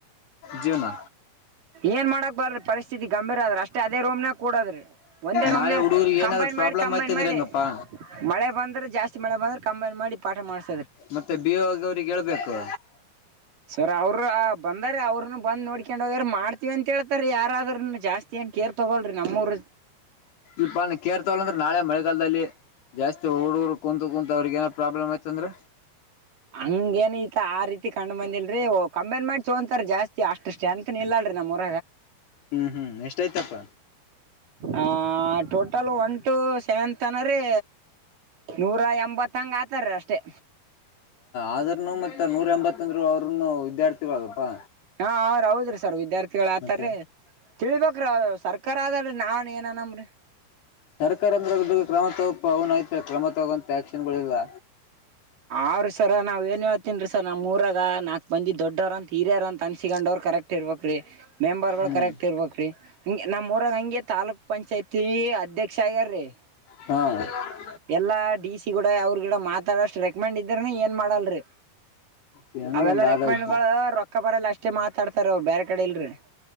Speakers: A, on the left; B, on the right.
A: ಜೀವನ
B: ಏನ್ ಮಾಡಕ್ ಬರ್ರಿ ಪರಿಸ್ಥಿತಿ ಗಂಭೀರ ಆದ್ರ ಅಷ್ಟೇ ಅದೇ ರೂಮ್ ನ ಕೂಡದ್ರಿ ಒಂದೇ ರೂಮ್
A: ನಾಳೆ
B: ನ
A: ಹುಡುಗರಿಗೆ
B: ಕಂಪನ
A: ಏನಾದ್ರು ಪ್ರಾಬ್ಲಮ್
B: ಮಾಡಿ ಕಂಬೈನ್
A: ಆಯ್ತ ಅಂದ್ರೆ
B: ಮಾಡಿ
A: ಹೆಂಗಪ್ಪಾ
B: ಮಳೆ ಬಂದ್ರೆ ಜಾಸ್ತಿ ಮಳೆ ಬಂದ್ರೆ ಕಂಬೈನ್ ಮಾಡಿ ಪಾಠ ಮಾಡಿ
A: ಮತ್ತೆ ಬಿ <unintelligible> ಅವ್ರಿಗೆ ಹೇಳ್ಬೇಕು
B: ಸರ್ ಅವರು ಬಂದಾರ ಅವ್ರನು ಬಂದ್ ನೋಡ್ಕೊಂಡೋಗಾರ ಮಾಡ್ತೀವಿ ಅಂತ ಹೇಳ್ತಾರ ಯಾರಾದ್ರರು ಜಾಸ್ತಿ ಏನ್ ಕೇರ್ ತೊಗೋಳಿ ನಮ್ಮೂ್ರ
A: ಇಪ ನ <unintelligible> ಕೇರ್ತವಲ್ಲ <unintelligible> ಅಂದ್ರೆ ನಾಳೆ ಮಳೆಗಾಲದಲ್ಲಿ ಜಾಸ್ತಿ ಹುಡುಗುರು ಕುಂತು ಕುೂಂತ ಅವ್ರಗ ಏನೋ ಪ್ರಾಬ್ಲಮ್ ಆಯತಂದ್ರ
B: ಹಂಗ ಏನಐತ ಆ ರೀತಿ ಕ್ ಬಂದಿಲ್ರಿ ಕಂಬೈನ್ ಮಾಡಿ ತೊೋಂತಾರ ಜಾಸ್ತಿ ಅಷ್ಟು ಸ್ಟ್ರಂತ್ ಇಲ್ಲಲ್ರಿೀ ನಮ್ಮ
A: ಹ್ಮ್ ಹ್ಮ್ ಎಷ್ಟಯ್ತಪ್ಪ
B: ಆ ಟೋಟಲ್ ಒನ್ ಟು ಸೆವೆಂತ್ ಅನ್ರೀ ನೂರ ಎಂಬತ್ತಂಗ ಆತಾರೀ ಅಷ್ಟೇ
A: ಆದ್ರನು ಮತ್ತ ನೂರ ಎಂಬತ್ತಂದ್ರು ಅವ್ರನು ವಿದ್ಯಾರ್ಥಿಗಳಪ್ಪಾ.
B: ಹಾ ಹ ಅವ್ರ ಹೌದ್ರಿ ಸರ್ ವಿದ್ಯಾರ್ಥಿಗಳ ಆತಾರೀ
A: ಮತ್ತೆ
B: ತಿಳಿ ಬೇಕರಿ ಸರ್. ಕ್ಕರ ಅದಲ್ ನಾನ್ ಏನ ಅನಮ್ರಿ.
A: ಸರ್ಕಾರ ಅಂದ್ರ ಯಾರಿಗೂ ಕ್ರಮ ತಗೋ <unintelligible> ಐ್ತ ಕ್ರಮ ತಗೋಂತ ಆಕ್ಷನ್ಗಳಿಲ್ಲ.
B: ಅವ್ರಿ ಸರ್ ನಾವ್ ಏನ್ ಹೇಳ್ತನ್ರಿ ಸರ್ ನಮ್ಮ್ ಮೂರಾಗ ನಾಕ್ ಬಂದಿ ದೊಡ್ಡವ್ರ ಅಂತ ಹಿರ್ಯರ ಅಂತ ಅನ್ಸಿಕೊಂಡವ್ ಕರೆಕ್ಟ್. ಇರ್ಬೇಕ ರೀ ಮೆಂಬರ್ ಗಳು
A: ಹ್ಮ್
B: ಕರೆಕ್ಟ್ ಇರ್ಬ್ರೀ ಹ ನಮ್ಮ್ರಾಗ ಹಂಗೆ ತಾಲೂಕ್ ಪಂಚಾಯತಿ ಅಧ್ಯ ಕ್ಷ ಆಗ್ಯರಿ.
A: ಹ.
B: ಎಲ್ಲಾ ಡಿ ಸಿ ಗೂಡ ಅವ್ರ ಗಿಡ ಮಾತಾಡಷ್ಟ ರೆಕಮೆಂಡ್ ಇದ್ದಾರನ ಏನ್ ಮಾಡಲ್ರಿ.
A: ಹೆಂಗ
B: ಅವೆಲ್ಲ
A: ಹಿಂಗ
B: ರೆಕ್ಕಮಣ್ಣಗಳು
A: ಆದದ್ದು
B: ರೊಕ್ಕ ಬರಲ್ಲ ಅಷ್ಟೇ ಮಾತಾಡ್ತಾರ ಅವರು ಬೇರೆ ಕಡೆ ಇಲ್ರಿ.